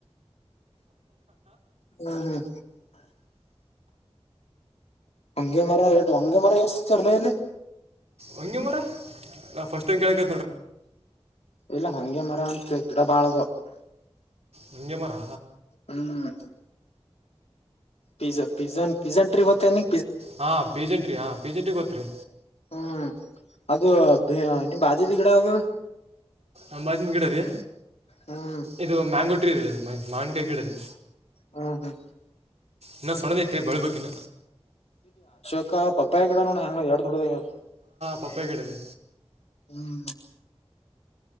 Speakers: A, on the left; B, on the right.
A: ಹ್ಮ ಹ್ಮ್ ಹಂಗಗೆ ಮರ ಹಂಗಗೆ ಮರ ಎಷ್ಟ ಚರ್ಲ ಇಲ್ಲ
B: ಹಂಗಿ ಮರ ನಾ್ ಫಸ್ಟ್ ಟೈಮ್ ಕೇಳ್ಕ
A: ಇಲ್ಲ ಹಂಗೆ ಮರ ಅನ್ಿಸಬೇಕು ಎಡ ಬಾಳವ
B: ನಿಂಜ ಮರಾ
A: ಹ್ಮ್ ಪಿಜ ಪಿ್ಜ ಪಿ್ಜ ಟ್ರಿ್ತ ನೀ
B: ಹಾ ಪಜೆಂಟ್ರಿ ಹಾ ಪಿಜೆಂಟಿ ಗೊತ್ತ ತ್ರೇ
A: ಹ್ಮ್ ಅದು ನಿಮ್ ಬಾದಿದ ಗಿಡ ಅದು
B: ಅಂಬಾಜಿನ ಗಿಡ ರೀ
A: ಹ್ಮ್
B: ಇದು ಮ್ಯಾಂಗೋ ಟಿ ಇದು ಮ್ಮ ಮಾಣಕಾಯಿ ಗಿಡದೆ
A: ಹ್ಮ್ ಹ್ಮ್
B: ಇನ್ನ ಸೊಣ್ಣದೈತೆ ಬೆಳ್ಬೇಕಕಿನ
A: ಾ ಪಪ್ಪಪ ಎಗಡಾನ ಎರಡು ೊಡೋದದು
B: ಪಪ್ಪೇಗಡರಿ
A: ಹ್ಮ